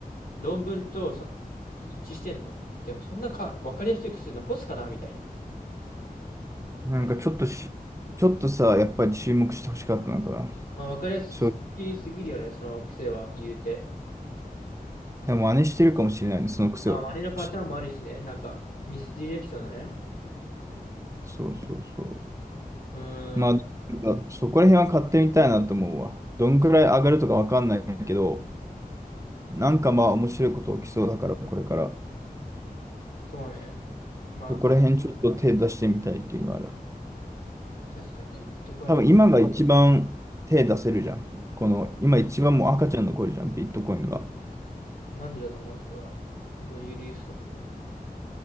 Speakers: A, on the left; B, on the right.
A: 論文とそ一致してんの。でもそんなか分かりやすい癖残すかなみたいな。
B: なんかちょっとし、
A: まあ、ひ
B: ちょっとさ、やっぱり注目してほしかったのかな。
A: まあ、分かりやすすぎるよね、
B: そう、
A: その癖は言うて。
B: でも真似してるかもしれないね、その癖を。
A: まあ、真似のパターンもあるしね、
B: し
A: なんかミスディレクションのね。
B: そうそうそ
A: うーん、
B: う。まあ、なんかそこら辺は買ってみたいなと思うわ。どんくらい上がるとかわかんないけど、なんかまあ面白いこと起きそうだから、これから。
A: そうね。まあ、
B: そこら辺ちょっと手出してみたいっていうのはある。
A: 確かにね、ビットコインを、
B: 多分今が一番手出せるじゃん。この、今一番もう赤ちゃんの頃じゃん、ビットコインが。
A: なんでだと思う、それは。どういう理由ですか、それは。